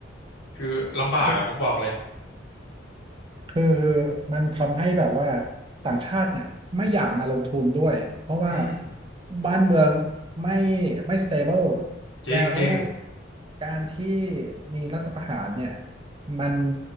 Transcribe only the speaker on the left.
คือลำบากอะผมบอกเลย
อืม
จริงจริง